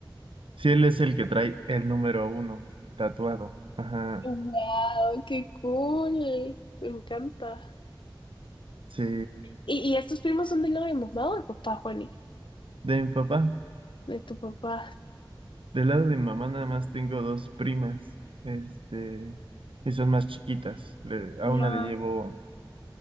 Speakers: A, on the right (about 80°); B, on the left (about 70°).
A: Sí, él es el que trae el número uno tatuado. Ajá.
B: Wow, qué cool. Me encanta.
A: Sí.
B: ¿Y, y estos primos son del lado de mamá o de papá, Juani?
A: De mi papá.
B: De tu papá.
A: Del lado de mi mamá nada más tengo dos primas. Este. Y son más chiquitas. Le-
B: Ya.
A: a una le llevo